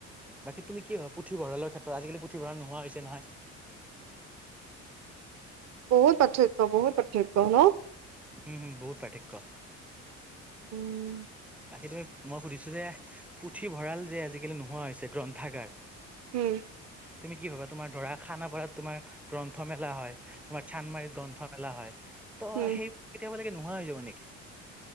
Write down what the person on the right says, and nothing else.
বহুত পাৰ্থক্য বহুত পাৰ্থক্য ন?
<inaudible>
উম
উম,